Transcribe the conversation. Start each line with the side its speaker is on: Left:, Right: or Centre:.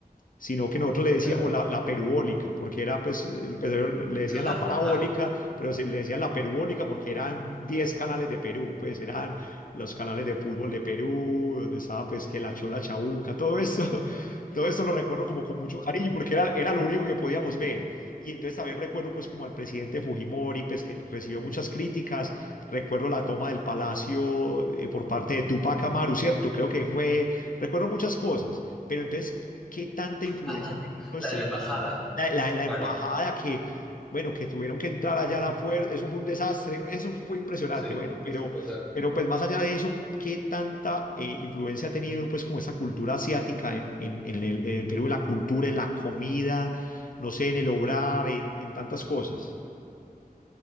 Left: sino que nosotros le decíamos
Centre: claro.
Left: la, la perubólica, porque era, pues, eh, pues, eh, le decían la
Centre: Ajá.
Left: parabólica, pero se le decían la perubólica porque eran 10 canales de Perú, pues eran los canales de fútbol de Perú, donde estaba pues que la Chola Chabuca, todo eso, <laughs> todo eso lo recuerdo como con mucho cariño, porque era, era lo único que podíamos ver. Y entonces también recuerdo pues como al presidente Fujimori, pues que recibió muchas críticas, recuerdo la toma del palacio eh, por parte de Tupac Amaru, ¿cierto? Creo que fue, recuerdo muchas cosas, pero entonces ¿Qué tanta influencia
Centre: Ah,
Left: ha tenido ese,
Centre: la de la embajada.
Left: la, la- la
Centre: Vale.
Left: embajada que, bueno, que tuvieron que entrar allá
Centre: Uh -huh.
Left: a la fuerza? Eso fue un desastre, eso fue impresionante,
Centre: Sí,
Left: bueno, pero,
Centre: total.
Left: pero pues más allá de eso, ¿qué tanta eh, influencia ha tenido pues como esa cultura asiática en, en- en el, en el Perú, en la cultura, en la comida, no sé, en el obrar, en, en tantas cosas?